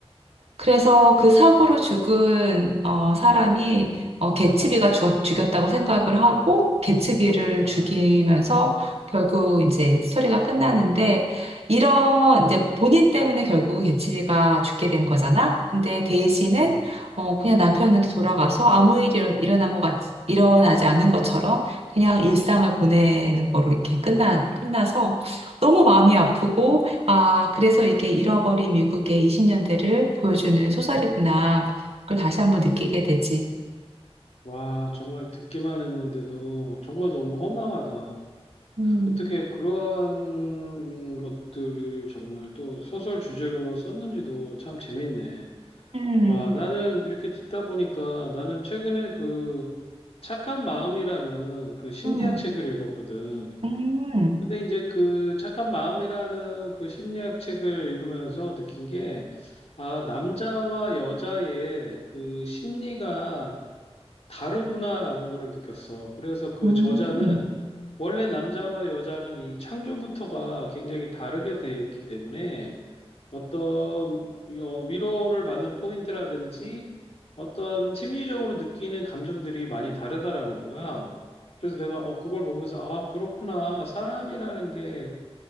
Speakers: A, on the right; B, on the left.
A: 그래서 그 사고로 죽은 어, 사람이 어, 개츠비가 죽었, 죽였다고 생각을 하고 개츠비를
B: 와,
A: 죽이면서 결국 이제 스토리가 끝나는데 이런 이제 본인 때문에 결국 개츠비가 죽게 된 거잖아. 근데 데이지는
B: 어,
A: 어, 그냥 남편한테 돌아가서 아무 일이 일어- 일어난 것 같, 일어나지 않은 것처럼 그냥 일상을 보내는 거로 이렇게 끝나, 끝나서 너무 마음이 아프고 아, 그래서 이게 잃어버린 미국의 20년대를 보여주는 소설이구나. 그걸 다시 한번 느끼게 되지.
B: 와, 정말 듣기만 했는데도 정말 너무 허망하다.
A: 음.
B: 어떻게 그런 것들을 정말 또 소설 주제로 썼는지도 참 재밌네.
A: 음,
B: 와, 나는 이렇게 듣다 보니까 나는 최근에 그 착한 마음이라는 그 심리학
A: 음,
B: 책을 읽었거든.
A: 음,
B: 근데 이제 그 착한 마음이라는 그 심리학 책을 읽으면서 느낀 게, 아, 남자와 여자의 그 심리가 다르구나라는 거를 느꼈어. 그래서 그
A: 음.
B: 저자는 원래 남자와 여자는 이 창조부터가 굉장히 다르게 돼 있기 때문에 어떤 위- 어, 위로를 받는 포인트라든지 어떤 심리적으로 느끼는 감정들이 많이 다르다라는 거야. 그래서 내가 어, 그걸 보면서 아, 그렇구나. 사람이라는 게